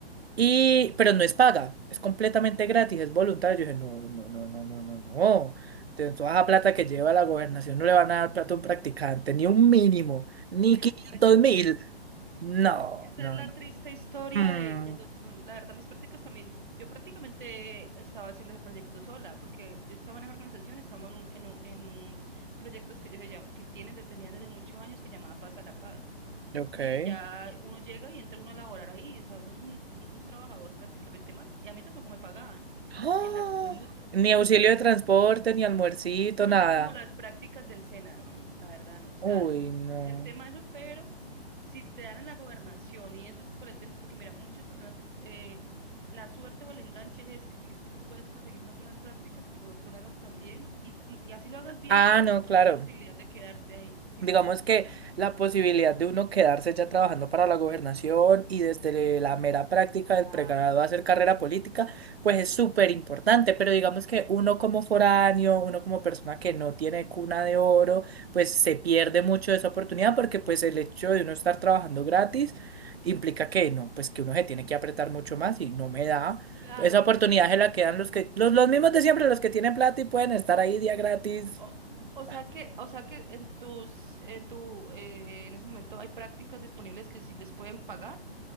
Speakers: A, on the right; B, on the right.
A: Y, pero no es paga, es completamente gratis, es voluntario. Yo dije, no, no, no, no, no, no, no. De toda la plata que lleva la gobernación no le van a dar plata a un practicante, ni un mínimo, ni
B: Pues
A: quinientos mil. No,
B: esa
A: no,
B: es la
A: no.
B: triste historia
A: Mm,
B: de, de los, la verdad, mis prácticas también, yo prácticamente estaba haciendo ese proyecto sola, porque yo estaba en esa organización, estaba en un, en un, en un proyectos que ellos se llaman- que tienen, de- tenían desde muchos años que llamaba Paz a la Paz.
A: ok.
B: Y ya uno llega y entra uno a laborar ahí, o sea, uno es un, un un trabajador prácticamente más, y a mí tampoco me pagaban,
A: ¡Ah!
B: en absoluto, en absoluto
A: Ni auxilio
B: me
A: de
B: pagaban.
A: transporte, ni almuercito,
B: Eso no
A: nada.
B: son como las prácticas del SENA, vamos, la verdad, no. O sea,
A: Uy, no.
B: el tema de eso, pero si te dan en la gobernación, y eso es por el tema, porque mira, muchas personas, eh, la suerte o el enganche es ese, que tú puedes conseguir unas buenas prácticas y que tú lo hagas también, y, tam- y así lo hagas bien,
A: Ah,
B: pero con
A: no, claro.
B: la posibilidad de quedarte ahí, si
A: Digamos
B: me hago entender.
A: que la posibilidad de uno quedarse ya trabajando para la gobernación y desde la mera práctica
B: Cla-
A: del pregrado hacer carrera política, pues es súper importante, pero digamos que uno como foráneo, uno como persona que no tiene cuna de oro, pues se pierde mucho esa oportunidad porque pues el hecho de uno estar trabajando gratis implica que no, pues que uno se tiene que apretar mucho más y no me da.
B: Claro,
A: Esa
B: es
A: oportunidad
B: difícil.
A: se la quedan los que, los, los mismos de siempre, los que tienen plata y pueden estar ahí día gratis.
B: O, o sea
A: Ah,
B: que, o sea que en tus, en tu, eh, en ese momento hay prácticas disponibles que sí les pueden pagar.